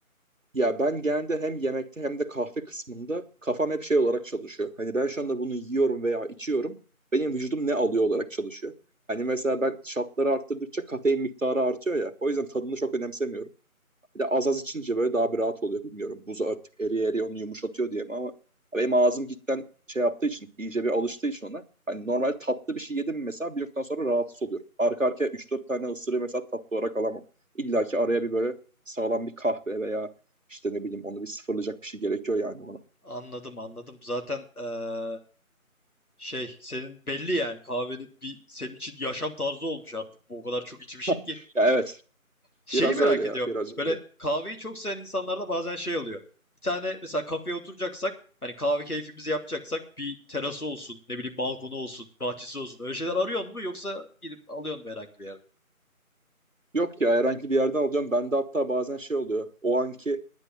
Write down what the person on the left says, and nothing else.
Anladım, anladım. Zaten eee, şey senin belli yani kahvenin bir senin için yaşam tarzı olmuş artık. Bu o kadar çok içmişsin
ki.
Şeyi
merak
ediyorum.
Böyle
kahveyi çok seven insanlarda bazen şey oluyor. Bir tane mesela kafeye oturacaksak hani kahve keyfimizi yapacaksak bir terası olsun, ne bileyim balkonu olsun, bahçesi olsun. Öyle şeyler arıyorsun mu yoksa gidip alıyorsun mu herhangi bir yerden?